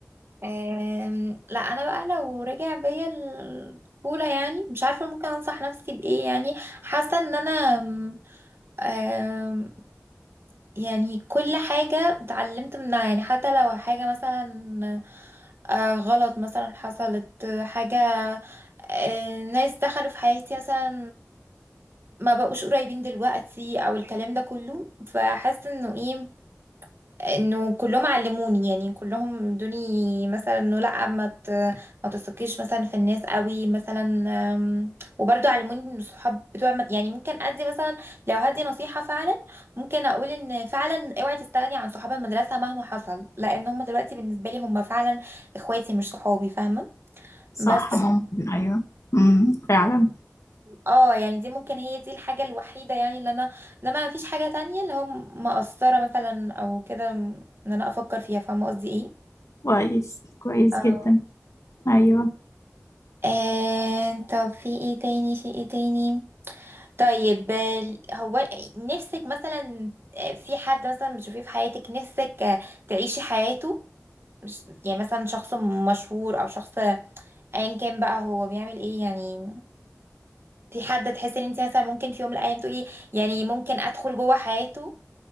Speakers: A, on the right; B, on the left.
A: أم... لا انا بقى لو رجع بيا الطفولة يعني مش عارفة ممكن انصح نفسي بايه يعني حاسة ان انا أم... أم، يعني كل حاجة اتعلمت منها يعني حتى لو حاجة مثلا آه، غلط مثلا حصلت آه، حاجة آه، ناس دخلوا في حياتي مثلا ما بقوش قريبين دلوقتي او الكلام ده كله فحاسه انه ايه انه كلهم علموني يعني كلهم ادوني مثلا انه لا ما ت- ما تثقيش مثلا في الناس قوي مثلا أم، وبرضه علموني ان الصحاب بتوع المد... يعني ممكن ادي مثلا لو هدي نصيحه فعلا ممكن اقول ان فعلا اوعي تستغني عن صحاب المدرسه مهما حصل لان هم دلوقتي بالنسبه لي هم فعلا اخواتي مش صحابي فاهمه
B: صح
A: بس
B: ممكن ايوه امم فعلا
A: اه يعني دي ممكن هي دي الحاجة الوحيدة يعني اللي انا لما مفيش حاجة تانية اللي هو مقصرة مثلا او كده م- ان انا افكر فيها فاهمة قصدي ايه
B: كويس كويس
A: اه
B: جدا ايوه
A: آه، طب في ايه تاني في ايه تاني طيب آه، هو نفسك مثلا آه، في حد مثلا بتشوفيه في حياتك نفسك آه، تعيشي حياته مش يعني مثلا شخص مشهور او شخص ايا كان بقى هو بيعمل ايه يعني في حد تحسي ان انت مثلا ممكن في يوم من الايام تقولي يعني ممكن ادخل جوه حياته